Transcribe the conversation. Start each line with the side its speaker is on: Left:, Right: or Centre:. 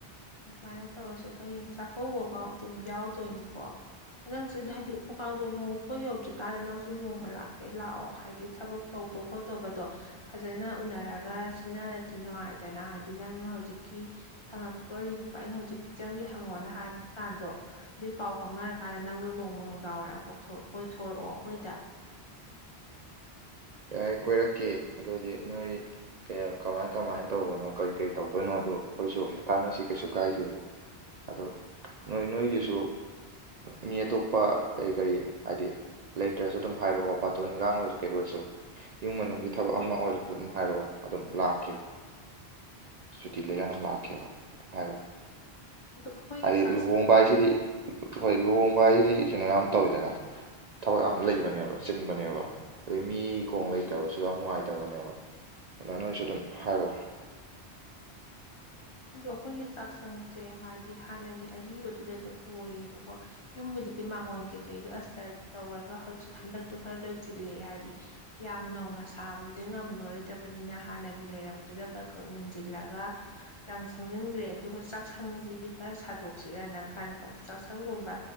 Left: ꯑꯗꯨꯃꯥꯏꯅ ꯇꯧꯔꯁꯦ ꯑꯗꯣ ꯍꯌꯦꯡ ꯆꯥꯛꯀꯧꯕꯐꯥꯎ ꯑꯗꯨꯝ ꯌꯥꯎꯗꯣꯏꯅꯤꯀꯣ ꯅꯪꯁꯨ ꯍꯥꯏꯗꯤ ꯎꯐꯨ ꯀꯥꯡꯗꯣꯠ ꯅꯣꯕ ꯌꯧꯗ꯭ꯔꯤꯀꯥꯟꯗ ꯅꯪꯁꯨ ꯨ ꯅꯣꯡꯃ ꯂꯥꯛꯀꯦ ꯂꯥꯛꯑꯣ ꯍꯥꯏꯗꯤ ꯊꯕꯛ ꯇꯧꯗꯧ ꯈꯣꯠꯇꯧꯕꯗꯣ ꯐꯖꯅ ꯎꯅꯔꯒ ꯁꯤꯟꯅꯔꯗꯤ ꯅꯨꯡꯉꯥꯏꯗꯅ ꯍꯥꯏꯗꯤ ꯅꯪꯅ ꯍꯧꯖꯤꯛꯀꯤ ꯍꯪꯉꯛꯇꯣ ꯑꯩꯅ ꯍꯧꯖꯤꯛ ꯐꯤꯖꯪꯒꯤ ꯍꯪꯉꯛꯑꯣꯅ ꯍꯥꯏꯕ ꯀꯥꯟꯗꯣ ꯑꯗꯨꯏ ꯄꯥꯎ ꯈꯪꯅꯔꯀꯥꯟꯗ ꯅꯪꯅ ꯅꯣꯡꯃ ꯅꯨꯡꯗꯥꯡ ꯋꯥꯏꯔꯝ ꯀꯣꯏꯊꯣꯔꯛꯑꯣ ꯑꯩꯈꯣꯏꯗ
Right: ꯌꯥꯥꯏ ꯀꯣꯏꯔꯛꯀꯦ ꯑꯗꯨꯗꯤ ꯅꯣꯏ ꯀꯌꯥ ꯀꯃꯥꯏ ꯀꯃꯥꯏꯅ ꯇꯧꯕꯅꯣ ꯀꯔꯤ ꯀꯔꯤ ꯇꯧꯗꯣꯏꯅꯣ ꯑꯗꯨ ꯑꯩꯈꯣꯏꯁꯨ ꯇꯥꯟꯅꯁꯤ ꯀꯩꯁꯨ ꯀꯥꯏꯗꯦ ꯑꯗꯨ ꯅꯣꯏ ꯅꯣꯏꯒꯤꯁꯨ ꯃꯤ ꯑꯇꯣꯞꯄ ꯀꯔꯤ ꯀꯔꯤ ꯍꯥꯏꯗꯤ ꯂꯩꯇ꯭ꯔꯁꯨ ꯑꯗꯨꯝ ꯍꯥꯏꯔꯣꯑꯣ ꯕꯥꯇꯣꯟ ꯏꯟꯒꯥꯡ ꯑꯣꯏꯔꯁꯨ ꯀꯩ ꯑꯣꯏꯔꯁꯨ ꯏꯃꯨꯡ ꯃꯅꯨꯡꯒꯤ ꯊꯕꯛ ꯑꯃ ꯑꯣꯏꯔꯁꯨ ꯑꯗꯨꯝ ꯍꯥꯏꯔꯛꯑꯣ ꯑꯗꯨꯝ ꯂꯥꯛꯀꯦ ꯁꯨꯇꯤ ꯂꯩꯀꯥꯟꯗ ꯃꯨꯛꯂꯥꯛꯀꯦꯕ ꯍꯥꯏꯔꯣ
Left: ꯑꯗꯣ ꯑꯩꯈꯣꯏꯒꯤ
Right: ꯍꯥꯏꯗꯤ
Left: ꯆꯥꯛꯁꯪ
Right: ꯂꯨꯍꯣꯡꯕ ꯍꯥꯏꯁꯤꯗꯤ ꯍꯣꯏ ꯂꯨꯍꯣꯡꯕ ꯍꯥꯏꯁꯤꯗꯤ ꯀꯩꯅꯣ ꯌꯥꯝ ꯇꯧꯋꯤꯗꯅ ꯊꯕꯛ ꯌꯥꯝ ꯂꯩꯕꯅꯦꯕ ꯆꯤꯟꯕꯅꯦꯕ ꯑꯗꯩ ꯃꯤ ꯍꯤꯡꯒꯣꯡ ꯂꯩꯇꯕꯁꯨ ꯌꯥꯝ ꯅꯨꯡꯉꯥꯏꯇꯕꯅꯦꯕ ꯑꯗꯨꯅ ꯅꯣꯏꯁꯨ ꯑꯗꯨꯝ ꯍꯥꯏꯔꯛꯑꯣ
Left: ꯑꯗꯣ ꯑꯩꯈꯣꯏꯒꯤ ꯆꯥꯛꯁꯪꯁꯦ ꯍꯥꯏꯗꯤ ꯍꯥꯟꯅꯒꯤ ꯑꯔꯤꯕꯗꯨꯗ ꯑꯗꯨꯝ ꯑꯣꯏꯔꯤꯌꯦꯕꯀꯣ ꯌꯨꯝꯕꯨꯗꯤ ꯃꯥꯡꯒꯣꯟ ꯀꯩꯀꯩꯗꯣ ꯑꯁꯇꯔ ꯇꯧꯔꯒ ꯍꯧꯖꯤꯛ ꯍꯟꯗꯛꯇꯣ ꯈꯔ ꯂꯣꯏꯁꯤꯜꯂꯛꯑꯦ ꯍꯥꯏꯗꯤ ꯌꯥꯝ ꯅꯧꯅ ꯁꯥꯕꯗꯨꯗꯤ ꯉꯝꯃꯔꯣꯏꯗꯕꯅꯤꯅ ꯍꯥꯟꯅꯒꯤ ꯂꯩꯔꯝꯕꯗꯨꯗ ꯈꯛ ꯈꯛ ꯃꯟꯁꯤꯜꯂꯒ ꯔꯥꯡ ꯁꯪꯖꯟꯈ꯭ꯔꯦ ꯑꯗꯨꯒ ꯆꯥꯛꯁꯪꯁꯤꯗꯤ ꯈꯔ ꯁꯥꯗꯣꯛꯁꯤꯔꯅ ꯈꯟꯕ ꯑꯗꫭ ꯆꯥꯛꯁꯪꯒꯨꯝꯕ